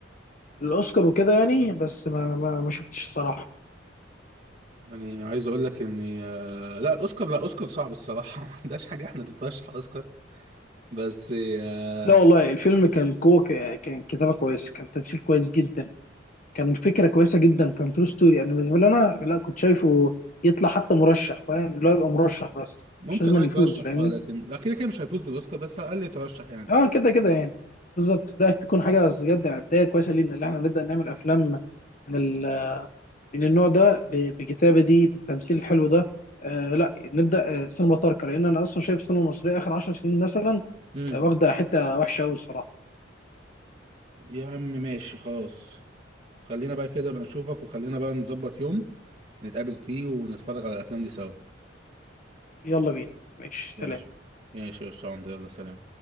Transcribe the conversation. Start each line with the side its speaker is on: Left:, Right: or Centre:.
Left: للاوسكار وكده يعني بس ما ما, ما شفتش الصراحه
Right: يعني عايز اقول لك اني آه، لا اوسكار لا اوسكار صعب الصراحه <laughs> ما عندهاش حاجه احنا تترشح اوسكار بس آه،
Left: لا والله الفيلم كان كو كان كتابه كويس كان تمثيل كويس جدا كان فكره كويسه جدا كان ترو ستوري يعني بالنسبه لي انا لا كنت شايفه يطلع حتى مرشح فاهم اللي هو يبقى مرشح بس
Right: ممكن
Left: مش لازم
Right: اه يترشح
Left: يفوز فاهمني
Right: اه لكن اكيد كده مش هيفوز بالاوسكار بس على الاقل يترشح يعني
Left: اه كده كده يعني بالظبط ده تكون حاجه بجد بدايه كويسه لينا اللي احنا نبدا نعمل افلام من ال... من النوع ده ب... بكتابه دي بالتمثيل الحلو ده آه لا نبدا آه، سينما تركه لان انا اصلا شايف السينما المصريه اخر 10 سنين مثلا
Right: امم
Left: آه، واخده حته وحشه قوي الصراحه
Right: يا عم ماشي خلاص خلينا بقى كده بقى نشوفك وخلينا بقى نظبط يوم نتقابل فيه ونتفرج على الافلام دي سوا
Left: يلا بينا ماشي
Right: ماشي
Left: سلام
Right: ماشي يا شاندر يلا سلام